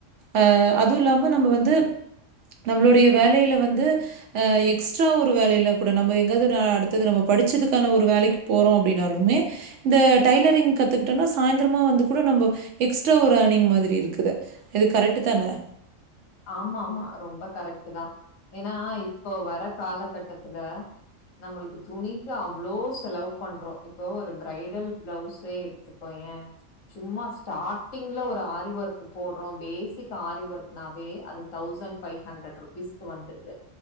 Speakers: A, on the right (about 70°); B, on the left (about 85°).
A: ஆ அதுவு இல்லாம நம்ம வந்து நம்மளுடைய வேலையில வந்து ஆ எக்ஸ்ட்ரா ஒரு வேலையில கூட நம்ப எங்காவதுனா அடுத்தது நம்ம படிச்சதுக்கான ஒரு வேலைக்கு போறோ அப்டின்னாலுமே இந்த டைலரிங் கத்துக்கிட்டோனா சாய்ந்திரமா வந்து கூட நம்ம எக்ஸ்ரா ஒரு ஏர்னிங் மாதிரி இருக்குது இது கரெக்ட்டு தான
B: ஆமா ஆமா ரொம்ப கரெக்ட்டுதா ஏன்னா இப்போ வர காலகட்டத்துல நம்மளுக்கு துணிக்கு அவ்வளோ செலவ் பண்றோ இப்போ ஒரு பிரைடல் பிளவுசே எடுத்துக்கோயே சும்மா ஸ்டார்டிங்ல ஒரு ஆரி ஒர்க் போடுறோ பேசிக் ஆரி ஒர்க்ன வே அது தவுசன்ட் ஃபைவ் ஹண்ட்ரட் ருபீஸ்க்கு வந்துருது